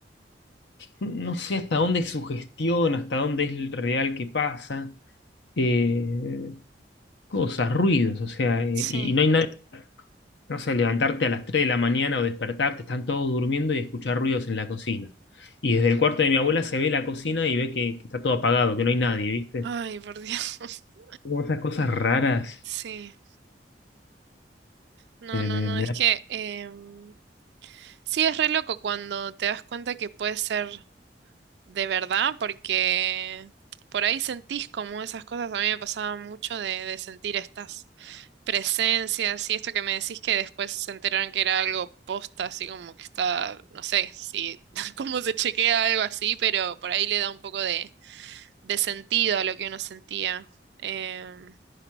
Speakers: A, on the left; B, on the right.
A: no sé hasta dónde es sugestión hasta dónde es real que pasa, eh, cosas, ruidos, o sea, eh,
B: Sí.
A: y, y no hay nadie, no sé, levantarte a las 3 de la mañana o despertarte, están todos durmiendo y escuchar ruidos en la cocina. Y desde el cuarto de mi abuela se ve la cocina y ve que, que está todo apagado, que no hay nadie, ¿viste?
B: Ay, por Dios. <laughs>
A: Como esas cosas raras.
B: Sí. No,
A: eh,
B: no,
A: me-
B: no,
A: me
B: es
A: da-
B: que
A: miedo.
B: em, sí es re loco cuando te das cuenta que puede ser de verdad, porque por ahí sentís como esas cosas. A mí me pasaba mucho de, de sentir estas. presencias y esto que me decís que después se enteraron que era algo posta, así como que está, no sé, si <laughs> cómo se chequea algo así, pero por ahí le da un poco de, de sentido a lo que uno sentía. Em,